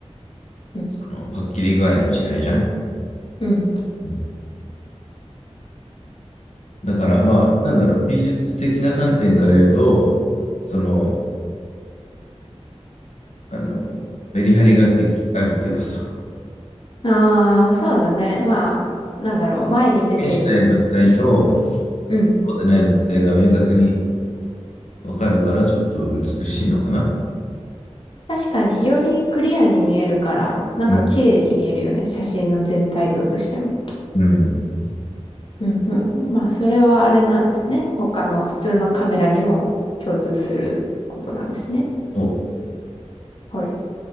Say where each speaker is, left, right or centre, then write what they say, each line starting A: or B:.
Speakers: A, on the left; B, on the left.
A: うん、
B: そのパッキリ具合の違いじゃん。
A: うん。
B: うんだからまあ、なんだろう、美術的な観点から言うと、その、あの、メリハリがあってあるっていうかさ、
A: ああ、そうだね。まあ、なんだろう、前に出てる皮脂。
B: 表現したい物体と
A: うん。
B: そうでない物体が明確にわかるから、ちょっと美しいのかな。
A: 確かに、よりクリアに見えるから、なんか綺麗に見えるよね。
B: うん
A: 写真の全体像としても。
B: うん。
A: うんうんうん。まあ、それはあれなんですね。他の普通のカメラにも共通することなんですね。
B: そう
A: はい。